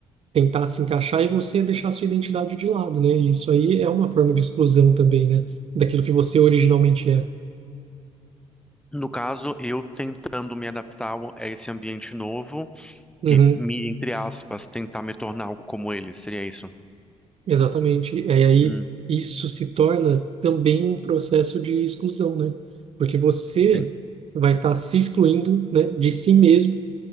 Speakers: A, on the right; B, in the centre.
A: tentar se encaixar e você deixar sua identidade de lado, né? E Isso aí é uma forma de exclusão também, né? Daquilo que você originalmente é.
B: No caso, eu tentando me adaptar ao- a esse ambiente novo
A: Uhum,
B: e me, entre aspas, tentar me tornar algo como ele, seria isso?
A: exatamente. E aí
B: Hum,
A: isso se torna também um processo de exclusão, né? Porque você
B: sim.
A: vai estar se excluindo, né, de si mesmo